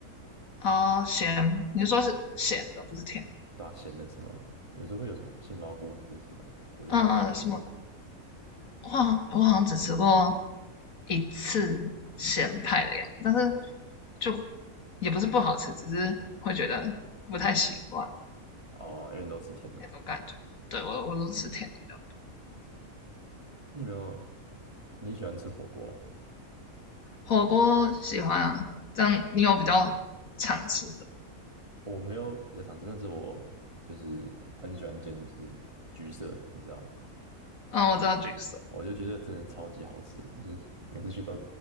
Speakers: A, on the left (about 65°); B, on the right (about 20°).
A: 的。啊、呃咸，你说是咸的，不是甜。
B: 对啊，咸的什么，有时候会有什么杏鲍菇还是什么的，我觉得还蛮好吃的。
A: 嗯、呃什么我好像我好像只吃过一次咸派的样子，但是就也不是不好吃，只是会觉得不太习惯
B: 哦，因为你都吃甜的嘛。
A: 那种感觉。对我我都吃甜的比较多。
B: 你有没有你喜欢吃火锅吗？
A: 火锅喜欢啊，这样你有比较常吃的？
B: 我没有比较常吃，但是我就是很喜欢一间就是橘色，你知道吗？
A: 嗯，我知道橘色，
B: 我觉得橘色真的超级好吃，就是每次去都